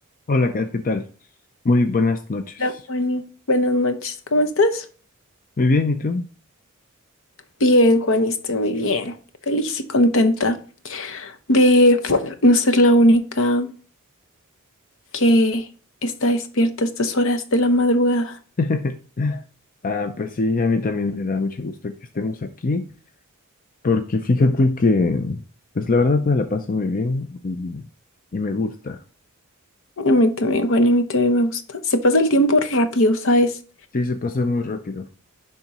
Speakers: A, on the left; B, on the left.
A: Hola, Kat, ¿qué tal? Muy buenas noches.
B: Hola, Juani. Buenas noches. ¿Cómo estás?
A: Muy bien, ¿y tú?
B: Bien, Juani, estoy muy bien. Feliz y contenta de no ser la única que está despierta a estas horas de la madrugada.
A: <laughs> Ah, pues sí, a mí también me da mucho gusto que estemos aquí, porque fíjate que, pues la verdad me la paso muy bien y, y me gusta.
B: A mí también, Juani, a mí también me gusta. Se pasa el tiempo rápido, ¿sabes?
A: Sí, se pasa muy rápido,